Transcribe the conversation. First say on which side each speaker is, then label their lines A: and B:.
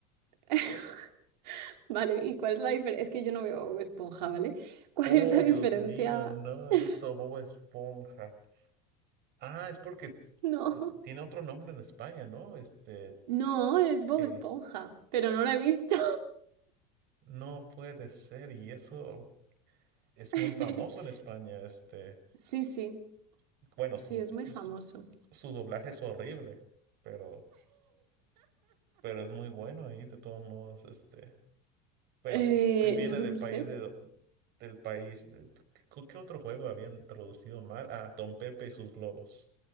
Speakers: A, on the right; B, on the right.
A: <laughs> Vale, ¿y cuál es la diferencia? Es que yo no veo Bob Esponja, ¿vale? ¿Cuál
B: Oh,
A: es la
B: Dios
A: diferencia?
B: mío, no has
A: <laughs>
B: visto Bob Esponja. Ah, es porque tss,
A: No.
B: tiene otro nombre en España, ¿no? Este,
A: No, es Bob
B: eh,
A: Esponja, pero no la he visto.
B: No puede ser, y eso es
A: <laughs>
B: muy famoso en España, este,
A: Sí, sí,
B: bueno,
A: sí,
B: su,
A: es muy famoso.
B: su, su doblaje es horrible, pero, pero es muy bueno ahí, de todos modos, este, bueno,
A: Eh,
B: vi- viene
A: no, no
B: del
A: no
B: país
A: sé.
B: de, do- del país, de- ¿qué, qué otro juego habían traducido mal? Ah, Don Pepe y sus globos,